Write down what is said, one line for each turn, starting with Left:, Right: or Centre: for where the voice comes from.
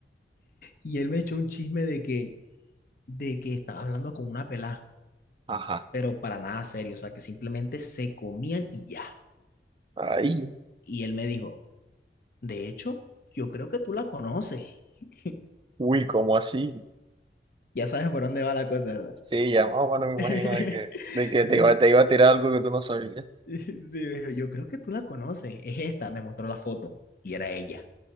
Left: Y él me echó un chisme de que, de que estaba hablando con una pelá,
Right: Ajá.
Left: pero para nada serio, o sea, que simplemente se comían y ya.
Right: Ahí.
Left: Y él me dijo, de hecho, yo creo que tú la conoces. <laughs>
Right: Uy, ¿cómo así?
Left: Ya sabes por dónde va la cosa, ¿verdad?
Right: Sí, ya más o menos me imagino
Left: <laughs>
Right: de que, de que
Left: Y
Right: te
Left: me dijo,
Right: iba, te iba a tirar algo que tú no sabías.
Left: <laughs> Sí, me dijo, yo creo que tú la conoces, es esta, me mostró la foto y era ella,